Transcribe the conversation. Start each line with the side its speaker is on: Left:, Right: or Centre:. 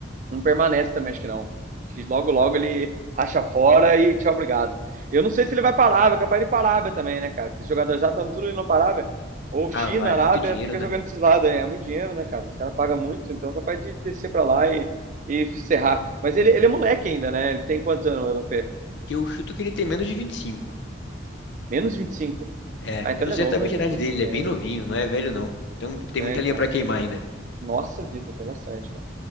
Right: não permanece também, acho que não. Acho que logo, logo ele racha fora e tchau, obrigado. Eu não sei se ele vai para a Arábia, capaz de ir para a Arábia também, né, cara? Porque os jogadores já estão tudo indo para a Arábia. Ou China,
Left: Ah, vai, é
Right: Arábia,
Left: muito dinheiro,
Right: fica
Left: né?
Right: jogando esses lados aí. É muito dinheiro, né, cara? Os caras pagam muito, então é capaz de descer para lá e, e serrar. Mas ele, ele é moleque ainda, né? Ele tem quantos anos, o Mbappé?
Left: Eu chuto que ele tem menos de vinte e cinco
Right: Menos 25.
Left: É,
Right: Ah, então
Left: eu não
Right: ele
Left: sei
Right: é novo
Left: exatamente
Right: ainda,
Left: a idade
Right: pô,
Left: dele,
Right: tem tempo.
Left: ele é bem novinho, não é velho não. Então tem
Right: É,
Left: muita
Right: então.
Left: linha pra queimar ainda.
Right: Nossa vida, tem bastante, cara.